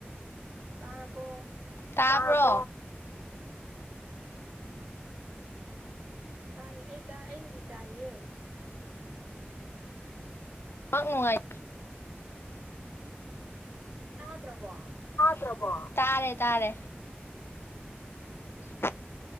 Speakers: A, on the right; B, on the left.
A: ꯇꯥꯔꯕꯣ
B: ꯇꯥꯕ꯭ꯔꯣ
A: ꯇꯥꯏ ꯑꯩ ꯇꯥꯢ ꯑꯩꯕꯨꯗꯤ ꯇꯥꯏꯌꯦ
B: ꯅꯦꯠꯋꯥꯛ ꯅꯨꯡꯉꯥꯏ
A: ꯇꯥꯗ꯭ꯔꯕꯣ
B: ꯗ꯭ꯔꯕꯣ ꯇꯥꯔꯦ ꯇꯥꯔꯦ <inaudible>